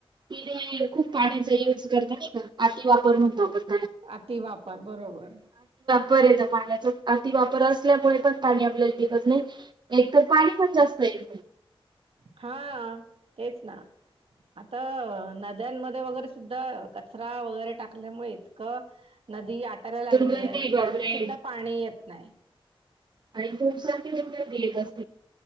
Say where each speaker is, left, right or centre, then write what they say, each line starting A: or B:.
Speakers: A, on the right (about 50°); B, on the right (about 75°).
A: कि खूप पाण्याचा यूज करत नाही का अती वापर म्हण वापरत
B: अति वापर बरोबर
A: बरेत पाण्याचा अति वापर असल्यामुळे पण पाणी आपल्याला टिकत नाही एक तर पाणी पण जास्त येत नाही
B: हा तेच ना आता नद्यांमध्ये वगैरे सुद्धा कचरा वगैरे टाकल्यामुळे इतक नदी आटायला लागली
A: दुर्गंधी
B: आहे की
A: बापरे
B: नदीत सुद्धा पाणी येत नाही
A: आणि खूपसख त भट असत <unintelligible>